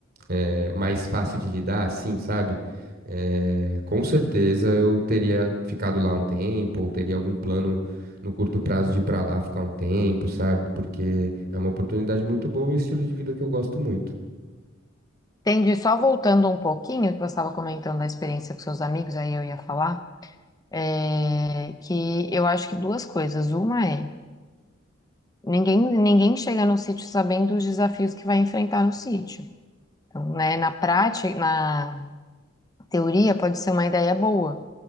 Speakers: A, on the right; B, on the left.
A: é, mais fácil de lidar, assim, sabe? É, com certeza eu teria ficado lá um tempo, ou teria algum plano no curto prazo de ir pra lá ficar um tempo, sabe? Porque é uma oportunidade muito boa e um estilo de vida que eu gosto muito.
B: Entendi. Só voltando um pouquinho, que você estava comentando da experiência com seus amigos, aí eu ia falar, é, que eu acho que duas coisas. Uma é, ninguém, ninguém chega no sítio sabendo os desafios que vai enfrentar no sítio. Então, né, na prática, na teoria pode ser uma ideia boa,